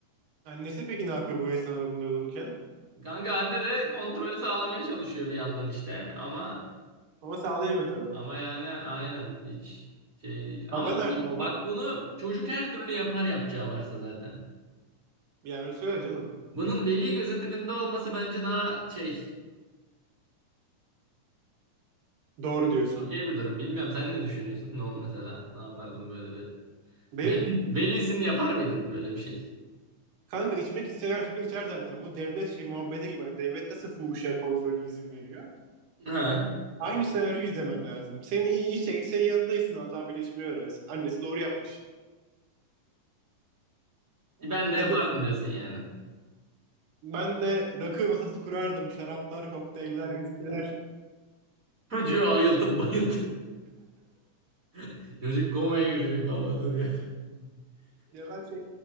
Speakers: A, on the right (about 75°); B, on the right (about 25°).
A: Annesi peki ne yapıyor bu esnada bunda olurken?
B: Kanka anne de kontrolü sağlamaya çalışıyor bir yandan işte ama
A: Ama sağlayamıyor tabii.
B: Ama yani aynen hiç şey değil.
A: Baba
B: Ama
A: nerede
B: iyi,
A: baba?
B: bak bunu çocuk her türlü yapar yapacağı varsa zaten.
A: Yani öyle söyle canım.
B: Bunun veli gözetiminde olması bence daha şey
A: Doğru diyorsun.
B: okey bir durum. Bilmiyorum sen ne düşünüyorsun? Ne mesela ne yapardın böyle bir?
A: Benim
B: Veli, velisini yapar mıydın böyle bir şey?
A: kanka içmek isteyen her türlü içer zaten. Bu devlet şey muhabbeti gibi. Hani devlet nasıl fuhuşa kontrolü izin veriyor?
B: Ha.
A: Aynı senaryoyu izlemen lazım. Senin iyi içecek senin yanındaysın daha bile içmeyi öğrensin. Annesi doğru yapmış.
B: Ben de
A: Kadın
B: yapardım diyorsun yani.
A: ben de rakı masası kurardım. Şaraplar, kokteyller, viskiler.
B: Çocuğu ayıltıp bayıltıp. <laughs> Çocuk komaya girecek baba dur ya.
A: Ya ben şey